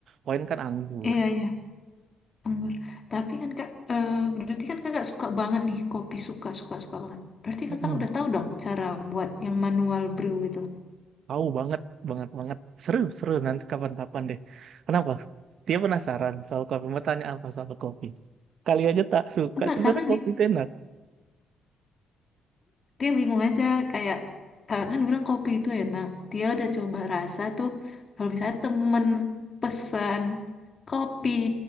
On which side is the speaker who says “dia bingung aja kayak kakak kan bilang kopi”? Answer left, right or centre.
Left